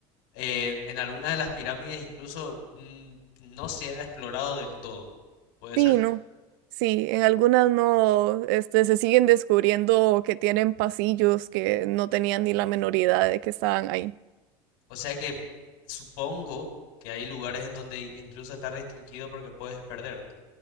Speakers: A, on the left; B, on the right.
A: eh, en algunas de las pirámides incluso mm, no se ha explorado del todo. ¿Puede
B: Sí,
A: ser?
B: no. Sí, en algunas no, este, se siguen descubriendo que tienen pasillos que no tenían ni la menor idea de que estaban ahí.
A: O sea que supongo que hay lugares en donde incluso está restringido porque puedes perderte.